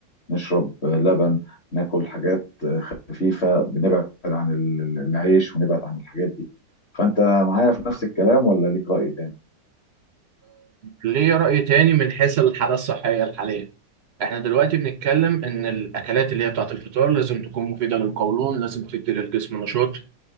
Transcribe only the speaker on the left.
نشرب لبن ناكل حاجات خفيفة بنبعد عن ال- العيش ونبعد عن الحاجات دي فانت معايا في نفس الكلام ولا ليك رأي تاني